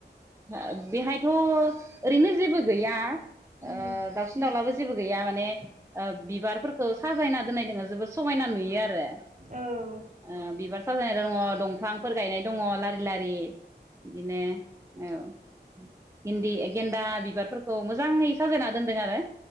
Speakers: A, on the right; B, on the right.
A: ओ बेहायथ' ओरैनो जेबो गैया। ओ
B: उम
A: दाउसिन दाउलाबो जेबो गैया मोन ने ओ बिबारफोरखौ साजायना दोननाय दोङो जोबोद समायना नुयो आरो।
B: औ ओं
A: ओ बिबार साजायनाय दङ दंफांफोर गायनाय दङ लारि लारि। दिनो औ गिन्दि गेन्दा बिबारफोरखौ मोजाङै साजायना दोनदों आरो।